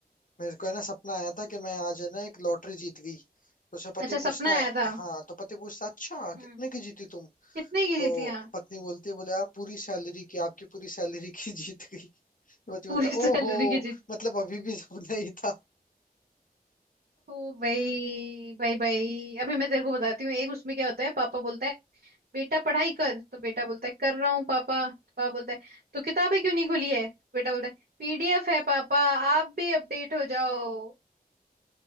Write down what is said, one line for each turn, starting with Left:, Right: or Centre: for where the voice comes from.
Left: मेरे को है ना सपना आया था कि मैं आज है ना एक लॉटरी जीत गई तो उसमें पति
Right: अच्छा
Left: पूछता
Right: सपना आया
Left: है
Right: था
Left: हाँ तो पति पूछता अच्छा
Right: हम्म
Left: कितने की जीती तुम
Right: कितने की
Left: तो
Right: जीतियां
Left: पत्नी बोलती है बोले यार पूरी सैलरी की आपकी पूरी सैलरी की <laughs> जीत गई तो पति बोलता
Right: पूरी <laughs> सैलरी
Left: ओहो
Right: की जीत
Left: मतलब अभी भी सपना ही था
Right: ओ भाई भाई भाई अभी मैं तेरे को बताती हूँ एक उसमें क्या होता है पापा बोलता है बेटा पढ़ाई कर तो बेटा बोलता है कर रहा हूँ पापा तो पापा बोलता है तो किताबें क्यों नहीं खुली है बेटा बोलता है पीडीएफ है पापा आप भी अपडेट हो जाओ